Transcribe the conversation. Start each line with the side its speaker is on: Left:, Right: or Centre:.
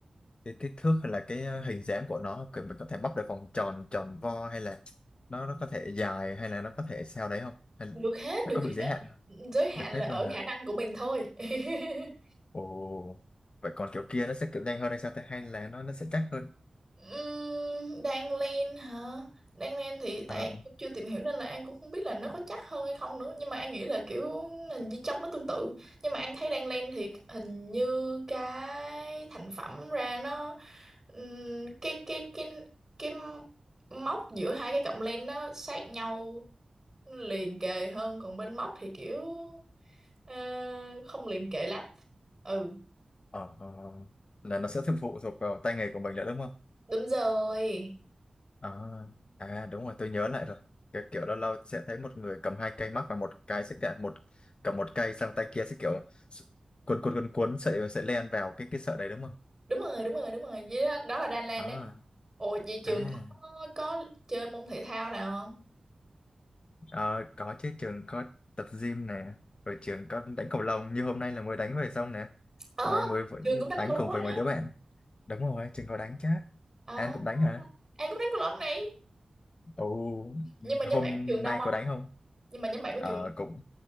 Left: cái kích thước hay là cái ờ, hình dáng của nó kiểu mình có thể bóc được vòng tròn tròn vo hay là nó nó có thể dài hay là nó có thể sao đấy không hay
Right: được hết
Left: nó
Right: được
Left: có bị
Right: hết
Left: giới hạn không?
Right: giới hạn
Left: được
Right: là
Left: hết
Right: ở
Left: luôn hả
Right: khả năng của mình thôi <laughs>
Left: ồ vậy còn kiểu kia nó sẽ kiểu nhanh hơn hay sao ta hay là nó nó sẽ chắc hơn
Right: Ừm, đang lên hả đang lên thì tại
Left: ờ
Right: An cũng chưa tìm hiểu nên là An cũng không biết là nó có chắc hơn hay không nữa nhưng mà An nghĩ là kiểu hình như chốc nó tương tự nhưng mà An thấy đang lên thì hình như cái thành phẩm ra nó ừm, cái cái cái cái móc giữa hai cái cọng len nó sát nhau nó liền kề hơn còn bên móc thì kiểu ờ, không liền kề lắm ừ
Left: ờ ờ. là nó sẽ phụ thuộc vào tay nghề của mình nữa đúng không
Right: đúng rồi
Left: À, à đúng rồi tôi nhớ lại rồi cái kiểu lâu lâu sẽ thấy một người cầm hai cây mắc và một cái sẽ cả một cầm một cây sang tay kia sẽ kiểu s- cuốn cuốn cuốn cuốn sợi sợi len vào cái cái sợi đấy đúng không
Right: đúng rồi đúng rồi đúng rồi vậy đó, đó là Đan Lan
Left: à
Right: đấy ồ vậy trường
Left: à
Right: có có chơi môn thể thao nào không
Left: ờ, có chứ trường có tập gym nè rồi trường có đánh cầu lông như hôm nay là mới đánh về xong nè
Right: ờ
Left: nay mới vẫn
Right: trường cũng đánh
Left: đánh
Right: cầu lông
Left: cùng
Right: rồi
Left: với mấy
Right: đó
Left: đứa bạn đúng rồi trường có đánh chứ
Right: à
Left: An cũng đánh hả
Right: An cũng đánh cầu lông này
Left: ồ
Right: nhưng mà
Left: hôm
Right: nhóm bạn có trường đông
Left: nay
Right: không
Left: có đánh không
Right: nhưng mà nhóm bạn có
Left: ờ
Right: trường đông.
Left: cũng